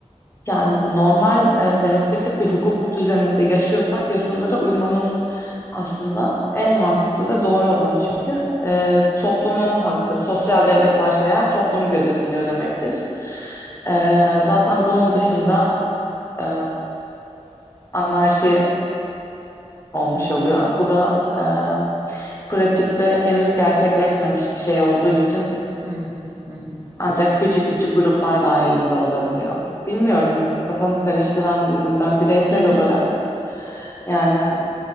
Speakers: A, on the left; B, on the right.
A: Yani normal e, demokratik bir hukuk düzeninde yaşıyorsak yasalara uymamız aslında en mantıklı ve doğru olanı. Çünkü e, toplumun hakkı, sosyal devlet varsa eğer toplum gözetiliyor demektir. E, zaten bunun dışında e, anarşi olmuş
B: Hı,
A: oluyor. Bu da e, pratikte henüz gerçekleşmemiş bir şey olduğu için
B: hı, hı, hı,
A: ancak küçük küçük gruplar dahilinde olabiliyor. Bilmiyorum, kafamı karıştıran bir durum. Ben bireysel
B: hı. <laughs>
A: olarak Yani